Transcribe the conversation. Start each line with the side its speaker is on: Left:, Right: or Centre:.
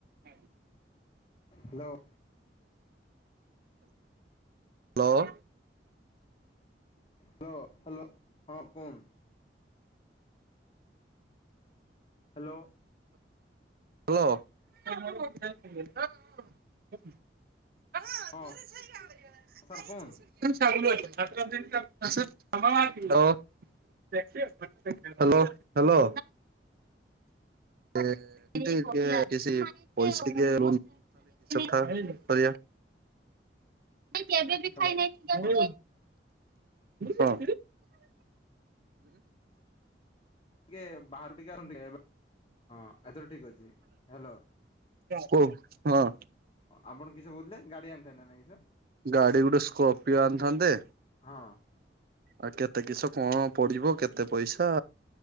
Right: ହ
Left: hello.
Right: Hello.
Left: Hello hello ହଁ କୁହନ୍ତୂ। ହ୍ୟାଲୋ।
Right: ହ୍ୟାଲୋ। <inaudible>
Left: ହଁ ସାର୍ କୁହନ୍
Right: <inaudible> ହ୍ୟାଲୋ ହ୍ୟାଲୋ। ତି ଟିକେ ପଇସା ଟିକେ କରିବା <inaudible> ନ ଏବେ ବି
Left: ହ୍ୟାଲୋ
Right: ଖାଇନାହିଁ।
Left: ହଁ ସାର୍
Right: ହଁ।
Left: ଟିକେ ବାହାରୁ ଟିକେ ଆସନ୍ତୁ ଟିକେ। ହଁ ଏଥର ଠିକ ଅଛି ହ୍ୟାଲୋ।
Right: କହୁ ହଁ।
Left: ଆପଣ କିସ କହୁଥିଲେ ଗାଡ଼ି ଆଣିଥାନ୍ତେ ନା ନାଇଁ କିସ?
Right: ଗାଡି ଗୋଟେ ସ୍କର୍ପିଓ ଆଣିଥାନ୍ତେ।
Left: ହଁ।
Right: ଆଉ କେତେ କିସ କଣ ପଡିବ କେତେ ପଇସା?